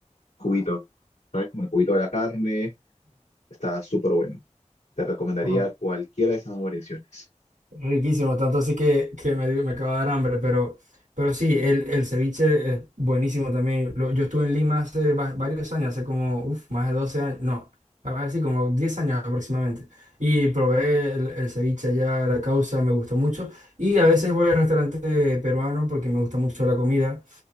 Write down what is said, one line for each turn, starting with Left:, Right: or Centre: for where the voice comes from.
Left: juguito, ¿sabes? Como el juguito de la carne, está súper bueno. Te recomendaría
Right: Ujú.
Left: cualquiera de esas dos variaciones.
Right: Riquísimo, tanto así que, que me, dio- me acaba de dar hambre, pero, pero sí, el, el ceviche es buenísimo también. Lo- yo estuve en Lima hace va- varios años, hace como, uf, más de 12 años, no, a ver, sí, como 10 años aproximadamente. Y probé el, el ceviche allá, la causa, me gustó mucho. Y a veces voy al restaurante peruano porque me gusta mucho la comida.